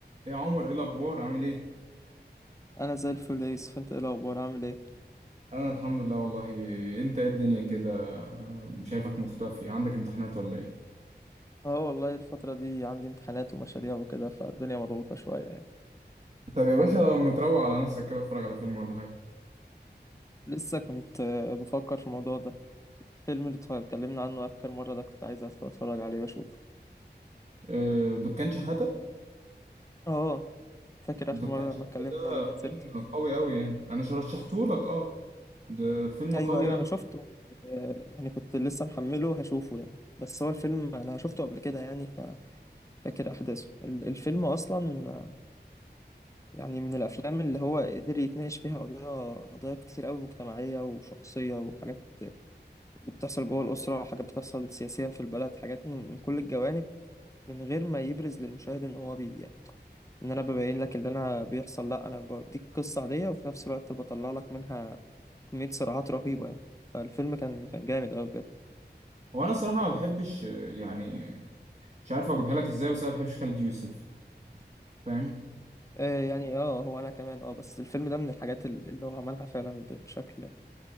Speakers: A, on the right; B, on the left.
A: ايه يا عمر ايه الاخبار عامل ايه
B: انا زي الفل يا يوسف انت ايه الاخبار عامل ايه
A: انا الحمد لله والله انت ايه الدنيا كده شايفك مختفي عندك امتحانات ولا ايه
B: اه والله الفتره دي عندي امتحانات ومشاريع وكده فالدنيا مضغوطه شويه يعني
A: طب يا باشا لما تروق على نفسك كده اتفرج على فيلم ولا حاجه
B: لسه كنت آه، بفكر في الموضوع ده الفيلم اللي اتكلمنا عنه اخر مره ده كنت عايز أدخل اتفرج عليه واشوفه
A: آه، دكان شحاته
B: اه فاكر اخر
A: دكان
B: مره
A: شحاته
B: لما اتكلمنا
A: ده
B: جبنا سيرته
A: فيلم قوي قوي يعني انا رشحته لك اه ده فيلم
B: ايوه
A: قوي
B: ايوه
A: قوي
B: انا شفته آه، يعني كنت لسه محمله هشوفه يعني بس هو الفيلم انا شفته قبل كده يعني ففاكر احداثه ال- الفيلم اصلا آه، يعني من الافلام اللي هو قدر يتناقش فيها قضايا قضايا كتير قوي مجتمعيه وشخصيه وحاجات بتحصل جوه الأسرة وحاجات بتحصل سياسيا في البلد حاجات من من كل الجوانب من غير ما يبرز للمشاهد إن هو بي يعني إن أنا ببين لك اللي أنا بيحصل لأ أنا بديك قصة عادية وفي نفس الوقت بطلع لك منها كمية صراعات رهيبة يعني فالفيلم كان كان جامد أوي بجد
A: هو انا الصراحه ما بحبش آه، يعني مش عارف اجيبها لك ازاي بس انا ما بحبش خالد يوسف فاهم
B: آه يعني اه هو أنا كمان اه بس الفيلم ده من الحاجات ال- اللي هو عملها فعلا ب- بشكل